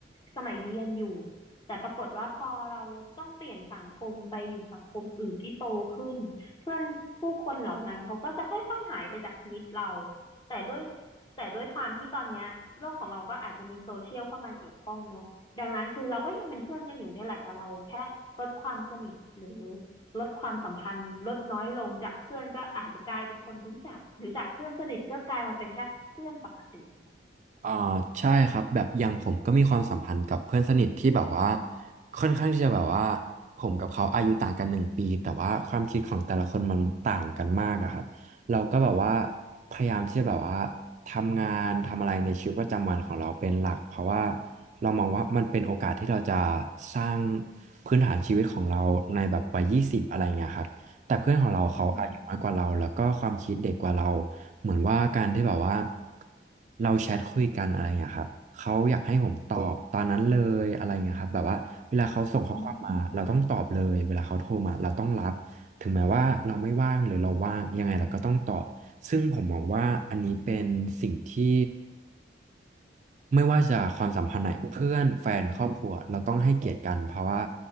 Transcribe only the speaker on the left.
สมัยเรียนอยู่แต่ปรากฏว่าพอเราต้องเปลี่ยนสังคมไปอยู่สังคมอื่นที่โตขึ้นเพื่อนผู้คนเหล่านั้นเขาก็จะค่อยๆหายไปจากชีวิตเราแต่ด้วยแต่ด้วยความที่ตอนเนี้ยโลกของเราก็อาจจะมีโซเชียลเข้ามาเกี่ยวข้องเนอะดังนั้นคือเราก็ยังเป็นเพื่อนกันอยู่เนี่ยแหละแต่เราแค่ลดความสนิทหรือ ลดความสัมพันธ์ลดน้อยลงจากเพื่อนก็อาจจะกลายเป็นคนรู้จักหรือจากเพื่อนสนิทก็กลายมาเป็นแค่เพื่อนปกติครับเนี่ย
อืม
อืม